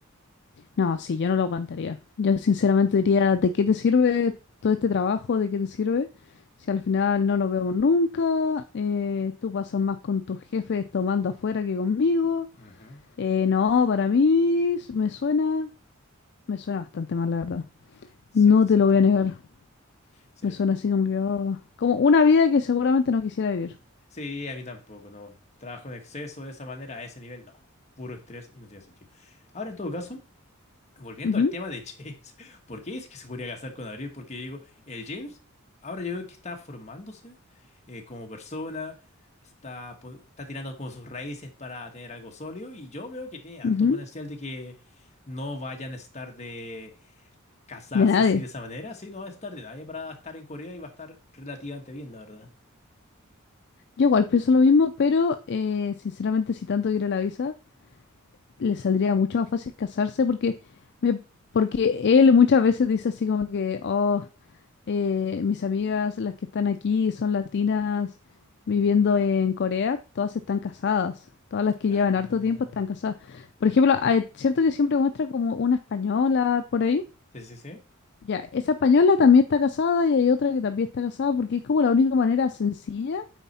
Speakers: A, on the left; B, on the left.
A: No, sí, yo no lo aguantaría. Yo sinceramente
B: Ujú,
A: diría, ¿de qué te sirve todo este trabajo? ¿De qué te sirve? Si al final no nos vemos nunca, eh, tú pasas más con tus jefes tomando afuera que conmigo.
B: ujú.
A: Eh, no, para mí s- me suena, me suena bastante mal, la verdad.
B: Cierto,
A: No te
B: cierto.
A: lo voy a negar.
B: Sí.
A: Me suena así como que, oh, como una vida que seguramente no quisiera vivir.
B: Sí, a mí tampoco, no. Trabajo en exceso de esa manera, a ese nivel, no. Puro estrés y no tiene sentido. Ahora, en todo caso, volviendo
A: Ujú,
B: al tema de James, <laughs> ¿por qué dice que se podría casar con Abril? Porque digo, el James, ahora yo veo que está formándose eh, como persona, está, po- está tirando como sus raíces para tener algo sólido, y yo veo que tiene harto
A: ujú.
B: potencial de que no vayan a estar de casarse
A: De nadie.
B: así de esa manera, sí, no va a estar de nadie para estar en Corea y va a estar relativamente bien, la verdad.
A: Yo igual pienso lo mismo, pero eh, sinceramente si tanto quiere la visa, le saldría mucho más fácil casarse porque, me, porque él muchas veces dice así como que, oh, eh, mis amigas, las que están aquí, son latinas viviendo en Corea, todas están casadas. Todas las que
B: Ah,
A: llevan harto tiempo están casadas. Por ejemplo, ah, es cierto que siempre muestra como una española por ahí
B: sí, sí, sí.
A: Ya, esa española también está casada y hay otra que también está casada porque es como la única manera sencilla